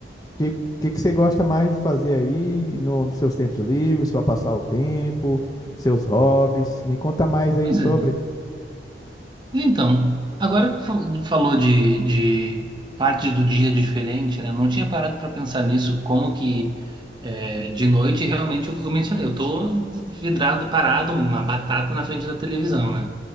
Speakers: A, on the left; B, on the right.
A: que, que que você gosta mais de fazer aí no, nos seus tempos livres, para passar o tempo, seus hobbies? Me conta mais aí
B: Pois
A: sobre.
B: é. Mas Então, agora que fa- falou de, de partes do dia diferente, né? Eu não tinha parado para pensar nisso, como que é, de noite realmente eu, eu mencionei, eu tô vidrado, parado, uma batata na frente da televisão, né?